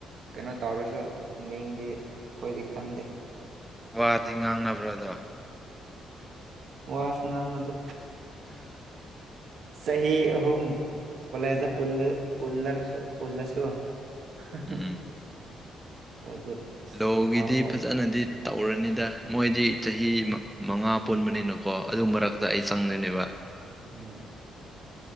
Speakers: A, on the right; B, in the centre.
A: ꯀꯩꯅꯣ ꯇꯧꯔꯁꯨ ꯃꯤꯡꯗꯤ ꯑꯩꯈꯣꯏꯗꯤ ꯈꯪꯗꯦ
B: ꯋꯥꯗꯤ ꯉꯥꯡꯅꯕ꯭ꯔꯣ ꯑꯗꯣ
A: ꯋꯥꯁꯨ ꯉꯥꯡꯅꯗꯦ ꯆꯍꯤ ꯑꯍꯨꯝ ꯀꯣꯂꯦꯖꯇ ꯄꯨꯟꯅꯔꯁꯨ ꯄꯨꯜꯂꯁꯨ <unintelligible>
B: ꯎꯝ ꯂꯣꯒꯤꯗꯤ
A: ꯋꯥꯐꯥꯎ
B: ꯐꯖꯅꯗꯤ ꯇꯧꯔꯅꯤꯗ ꯃꯣꯏꯗꯤ ꯆꯍꯤ ꯃꯉꯥ ꯄꯨꯟꯕꯅꯤꯅꯣ ꯀꯣ ꯑꯗꯨ ꯃꯔꯛꯇ ꯑꯩ ꯆꯪꯗꯣꯏꯅꯦꯕ
A: ꯎꯝ